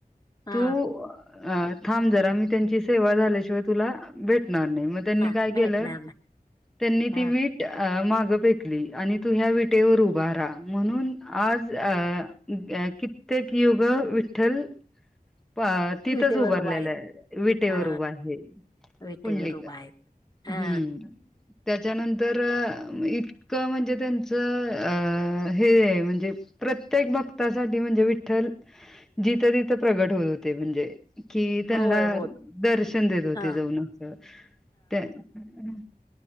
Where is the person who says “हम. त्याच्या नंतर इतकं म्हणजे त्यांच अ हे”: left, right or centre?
Centre